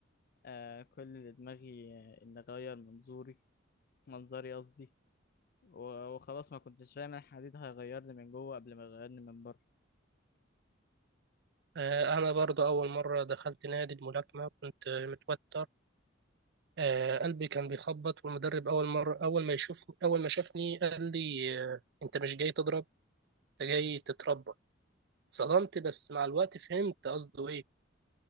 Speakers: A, on the left; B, on the right.
A: آه كل اللي دماغي آه، إن أغير منظوري منظري قصدي و- وخلاص ما كنتش فاهم الحديد هيغيرني من جوه قبل ما يغيرني من بره
B: آه، أنا برضو أول مرة دخلت نادي الملاكمة كنت آه، متوتر آه، قلبي كان بيخبط والمدرب أول مرة أول ما يشوف أول ما شافني قال لي آه، أنت مش جاي تضرب أنت جاي تتربى صدمت بس مع الوقت فهمت قصده إيه